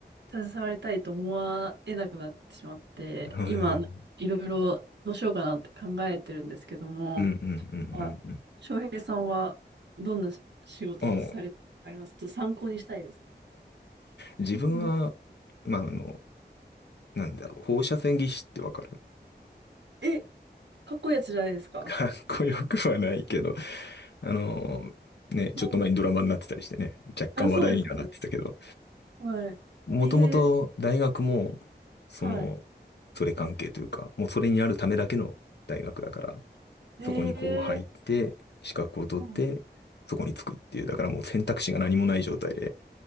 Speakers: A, on the right (about 80°); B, on the left (about 75°).
A: 携わりたいと思わえなくなってしまって、
B: へー
A: 今、いろいろどうしようかなって考えてるんですけども、
B: うんうんうんうんうん。
A: あ、翔平さんはどんな仕事をされてありますちょっと参考にしたいです。
B: あの、自分は、
A: <laughs>
B: まあ、あの、なんだろう、放射線技師ってわかる
A: え、かっこいいやつじゃないですか。
B: <laughs> かっこよくはないけど、あの、ね、ちょっと前にドラマになってたりしてね、
A: うん
B: 若干話題にはなってたけど、
A: あ、そうですよね。はい。
B: もともと大学も、
A: えー、
B: その、
A: は
B: それ関係というか、もうそれにあるためだけの大学だから、
A: い。
B: そこにこう入って、
A: えー、
B: 資格を取って、
A: うん
B: そこに着くっていう、だからもう選択肢が何もない状態で